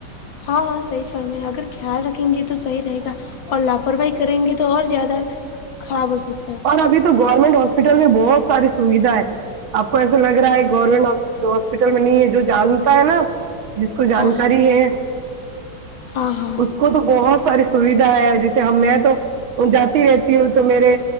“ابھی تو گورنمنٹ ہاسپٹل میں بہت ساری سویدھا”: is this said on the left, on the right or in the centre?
Right